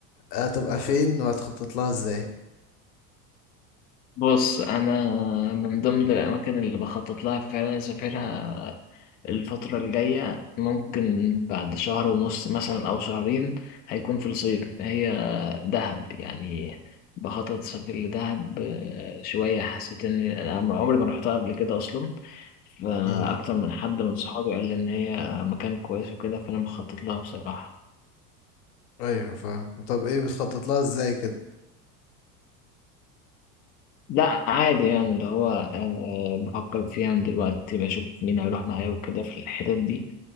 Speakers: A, on the left; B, on the left.
A: هتبقى فين وهتخطط لها ازاي
B: بص انا من ضمن الاماكن اللي بخطط لها فعلا اسافرها الفتره الجايه ممكن بعد شهر ونص مثلا او شهرين هيكون في الصيف هي دهب يعني بخطط اسافر لدهب آه، شويه حسيت ان أنا عمري ما رحتها قبل كده اصلا فاكتر
A: مم.
B: من حد من صحابي قال لي ان هي مكان كويس وكده فانا بخطط لها بصراحه
A: ايوه فاهم طب ايه بتخطط لها ازاي كده
B: لا عادي يعني اللي هو آه، بفكر فيها من دلوقتي بشوف مين هيروح معايا وكده في الحتت دي